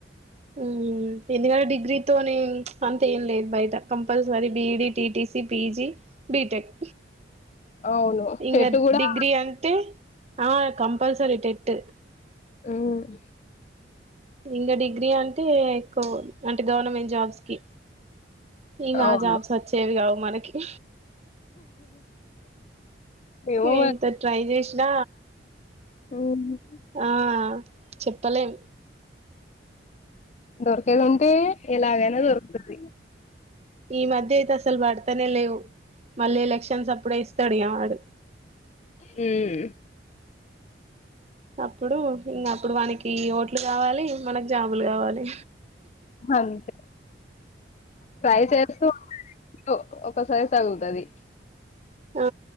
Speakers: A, on the right; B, on the left.
A: ఉమ్ ఎందుకంటే డిగ్రీతోనే అంతే ఏం లేదు బయట, compulsory BEd, TTC, PG, BTech.
B: అవును
A: ఇంగ
B: టెట్ కూడా
A: డిగ్రి అంటే, ఆ కంపల్సరి టెట్.
B: ఉమ్
A: ఇంగ డిగ్రీ అంటే ఎక్కువ, అంటే గవర్నమెంట్ జాబ్స్ కి. ఇంగ
B: అవును
A: ఆ జాబ్స్ వచ్చేవి కావ్. మనకి
B: మేము
A: ఏంత ట్రై చేసిన
B: అవును
A: ఆ చెప్పలేం
B: దొర్క ఎలుంటే ఎలాగైనా దొరుకు <inaudible>
A: ఈ మధ్యయితే అసలు పడతనేే లేవు. మళ్ళీ ఎలక్షన్స్ అప్పుడే ఇస్తడు ఇగ వాడు.
B: హ్మ్
A: అప్పుడు ఇంకా అప్పుడు వానకి ఓట్లు కావాలి, మనకు జాబులు కావాలి.
B: అంతే ట్రై చేస్తూ అంటే ఒకసారి తగులుతది
A: ఆ